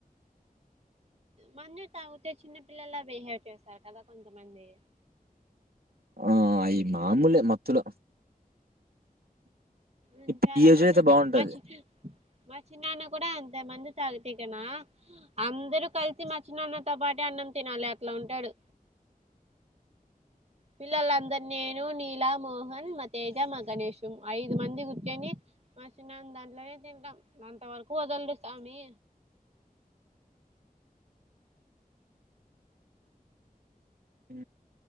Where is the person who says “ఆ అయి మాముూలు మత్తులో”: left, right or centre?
Right